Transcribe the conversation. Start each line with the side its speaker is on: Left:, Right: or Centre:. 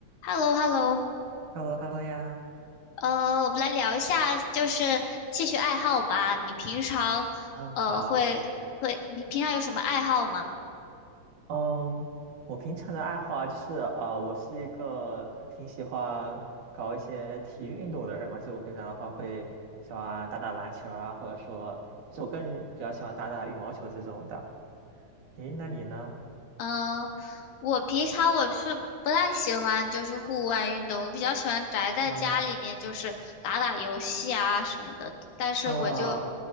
Left: h e l l o h e l l o
Right: Hello，Hello 呀，
Left: 呃，我们来聊一下就是兴趣爱好吧。你平常呃会会，
Right: 嗯，好，
Left: 你平常有什么爱好吗？
Right: 嗯，我平常的爱好啊，就是呃，我是一个挺喜欢搞一些体育运动的人嘛，就是我平常的话会喜欢打打篮球啊，或者说，其实我更比较喜欢打打羽毛球这种的。咦，那你呢？
Left: 呃，我平常我是不太喜欢就是户外运动，我比较喜欢宅在家里面，
Right: 啊、
Left: 就是打打游戏啊什么的。但是我就
Right: 哦